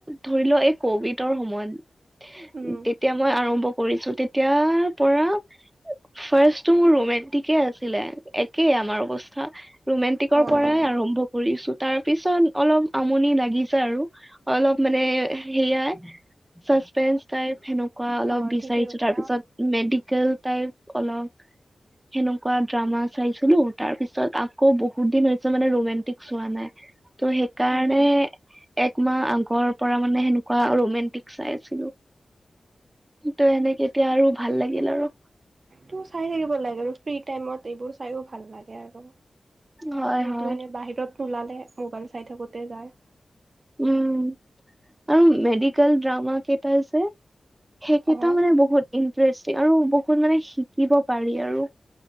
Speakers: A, on the right; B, on the right.
A: ধৰি লোৱা এই কভিডৰ সময়ত
B: উম,
A: তেতিয়া মই আৰম্ভ কৰিছোঁ তেতিয়াৰ পৰা ফাৰ্ষ্টটো মোৰ ৰোমেণ্টিকে আছিলে একেই আমাৰ অৱস্থা। ৰোমেণ্টিকৰ
B: অ',
A: পৰাই আৰম্ভ কৰিছোঁ তাৰ পিছত অলপ আমনি লাগি যা আৰু। অলপ মানে হেয়াই চাচপেন্ঞ্চ টাইপ সেনোক- কুৱা অলপ
B: অ',
A: বিচাৰিছো
B: ঠিকে কৈছা
A: তাৰপিছত মেডিকেল টাইপ অলপ সেনেকুৱা ড্ৰামা চাইছিলো তাৰ পিছত আকৌ বহুত দিন হৈছে মানে ৰোমেণ্টিক চোৱা নাই। ত' সেইকাৰণে
B: উম।
A: একমাহ আগৰ পৰা মানে সেনেকুৱা ৰোমেণ্টিক চাই আছিলোঁ। <inaudible> তে এনেকে এতিয়া আৰু ভাল লাগিল আৰু।
B: ত' চাই থাকিব লাগে আৰু ফ্ৰী টাইমত এইবোৰ চাইও ভাল লাগে আৰু।
A: হয়
B: আমিতো
A: হয়
B: এনে বাহিৰত নুলালে মোবাইল চাই থাকোতে যায়।
A: উম, আৰু মেডিকেল ড্ৰামা কেইটা যে সেইকেইটাও
B: অ'
A: মানে বহুত ইণ্টাৰেষ্টিং আৰু বহুত মানে শিকিব পাৰি আৰু।